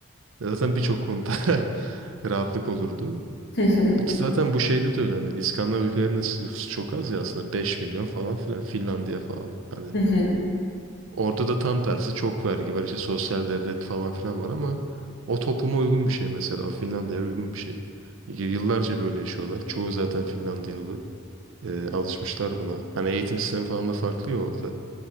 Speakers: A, on the right; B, on the left.
A: e, zaten birçok konuda <laughs> rahatlık olurdu.
B: Hı hı,
A: İki zaten bu şeyde de öyle hani İskandinav ülkelerinin de nüfusu çok az ya aslında 5 milyon falan filan Finlandiya falan. Hani
B: hı hı,
A: orada da tam tersi çok vergi var işte sosyal devlet falan filan var ama o topluma uygun bir şey mesela o Finlandiya'ya uygun bir şey. Y- Yıllarca böyle yaşıyorlar. Çoğu zaten Finlandiyalı. Ee, alışmışlar buna. Hani eğitim sistemi falan da farklı ya orada.